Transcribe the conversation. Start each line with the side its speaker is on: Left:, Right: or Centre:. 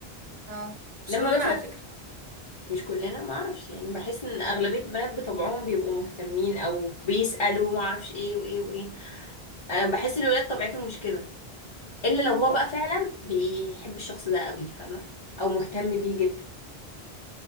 Right: اه مش
Left: لما
Right: كلنا
Left: مثلا
Right: على فكره
Left: مش كلنا ما اعرفش يعني بحس ان اغلبيه البنات بطبعهم بيبقوا مهتمين او بيسالوا ما اعرفش ايه وايه وايه انا بحس الولاد طبيعتهم مش كده الا لو هو بقى فعلا بيحب الشخص ده قوي فاهمه او مهتم بيه جدا